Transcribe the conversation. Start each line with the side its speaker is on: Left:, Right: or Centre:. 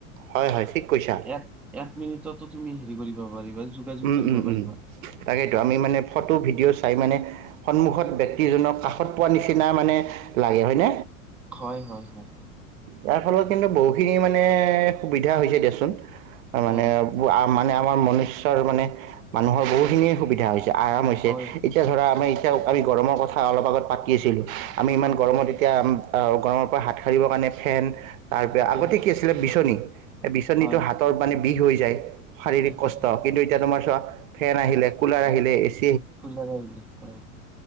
Right: হয় হয় ঠিক কৈছা
Centre: এক এক মিনিটতো তুমি হেৰি কৰিব পাৰিবা যোগাযোগ
Right: উম
Centre: কৰিব
Right: উম
Centre: পাৰিবা
Right: উম তাকেইেতো আমি মানে ফটো ভিডিঅ' চাই মানে সন্মুখত ব্যক্তিজনৰ কাষত পোৱা নিচিনা মানে লাগে হয় ন
Centre: হয় হয় হয়
Right: ইয়াৰ ফলত কিন্তু বহুখিনি মানে সুবিধা হৈছে দিয়াচোন মানে
Centre: হয়,
Right: মানে আমাৰ মনুষ্য মানে মানুহৰ বহুতখিনিয়ে সুবিধা হৈছে আৰাম হৈছে
Centre: হয়,
Right: এতিয়া ধৰা আমাৰ তেওঁ আমি গৰমৰ কথা অলপ আগত পাতি আছিলোঁ আমি ইমান
Centre: হয়,
Right: গৰমত এতিয়া অ গৰমৰ পৰা হাত সাৰিবৰ কাৰণে ফেন তাৰপ আগতে
Centre: হয়,
Right: কি আছিলে বিচনী বিচনীটো
Centre: হয়,
Right: হাতত মানে বিষ হৈ যায় শাৰীৰিক
Centre: কি কৈছে
Right: কষ্ট কিন্তু এতিয়া তোমাৰ চোৱা ফেন আহিলে কুলাৰ আহিলে এছ
Centre: খজা নায় বুলি হয়